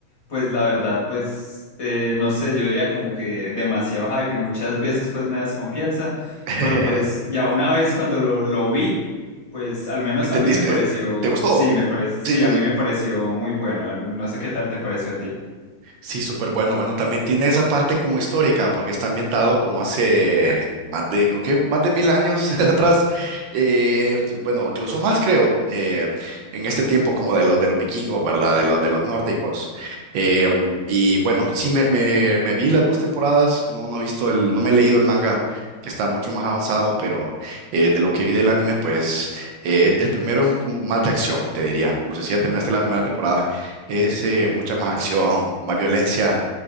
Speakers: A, on the left; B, on the right.
A: pues la verdad, pues eh, no sé, yo veía como que demasiado hype y muchas veces pues me da desconfianza,
B: <laughs>
A: pero pues ya una vez cuando lo, lo vi, pues al menos
B: ¿Entendiste?
A: a mí me pareció,
B: ¿Te gustó?
A: sí, me parece, sí,
B: Sí,
A: a mí me pareció muy bueno. A ver, No sé qué tal te pareció a ti.
B: Sí, súper bueno. Bueno, también tiene esa parte como histórica, porque está ambientado como hace más de, creo que más de mil años <laughs> atrás. Eh, bueno, incluso más creo, eh, en este tiempo como de los de los vikingos, ¿verdad? De los de los nórdicos. Eh, mm, y bueno, sí me, me, me vi las dos temporadas. No, no he visto el, no me he leído el manga, que está mucho más avanzado, pero eh, de lo que vi del anime, pues eh, el primero es como más de acción, te diría. No sé si ya terminaste la primera temporada. Es eh, mucha más acción, más violencia,